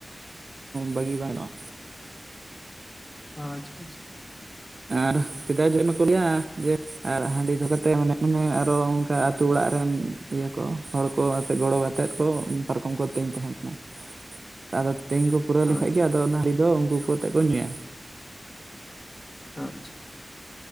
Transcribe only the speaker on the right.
ᱵᱟᱜᱤ ᱵᱟᱝ ᱜᱟᱱᱚᱜᱼᱟ᱾
ᱟᱨ ᱥᱮᱫᱟᱭ ᱡᱩᱫᱤ <inaudible> ᱢᱟᱠᱚ ᱞᱟᱹᱭᱟ ᱡᱮ ᱟᱨ ᱦᱟᱺᱰᱤ ᱫᱚᱦᱚ ᱠᱟᱛᱮ ᱢᱟᱱᱮ ᱟᱨᱦᱚᱸ ᱚᱱᱠᱟ ᱟᱹᱛᱩ ᱚᱲᱟᱜ ᱨᱮᱱ ᱤᱭᱟᱹ ᱠᱚ ᱦᱚᱲ ᱠᱚ ᱟᱛᱮᱫ ᱠᱚ ᱜᱚᱲᱚ ᱟᱛᱮᱫ ᱠᱚ ᱯᱟᱨᱠᱚᱢ ᱠᱚᱱᱛᱤᱧ ᱛᱟᱦᱮᱱᱟ᱾ ᱟᱫᱚ ᱛᱮᱧ ᱠᱚ ᱯᱩᱨᱟᱹᱣ
ᱞᱮᱠᱷᱟᱡ ᱜᱮ᱾ ᱟᱫᱚ ᱚᱱᱟ ᱦᱟᱺᱰᱤ ᱫᱚ ᱩᱱᱠᱩ ᱠᱚ ᱟᱛᱮ ᱠᱚ ᱧᱩᱭᱟ᱾